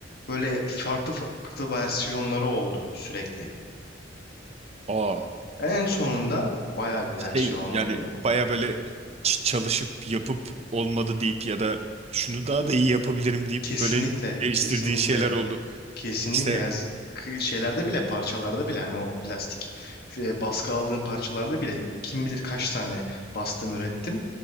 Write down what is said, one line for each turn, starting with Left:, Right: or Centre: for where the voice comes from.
Left: böyle farklı farklı versiyonları oldu sürekli.
Right: Aa,
Left: En sonunda bayağı bir
Right: şey
Left: versiyon
Right: yani
Left: oldu.
Right: baya böyle ç- çalışıp yapıp olmadı deyip ya da şunu daha da iyi yapabilirim deyip
Left: Kesinlikle,
Right: böyle değiştirdiğin
Left: kesinlikle
Right: şeyler oldu.
Left: Kesinlikle
Right: İşte
Left: ya z- k- şeylerde bile parçalarda bile hani o plastik e, baskı aldığım parçalarda bile kim bilir kaç tane bastım ürettim.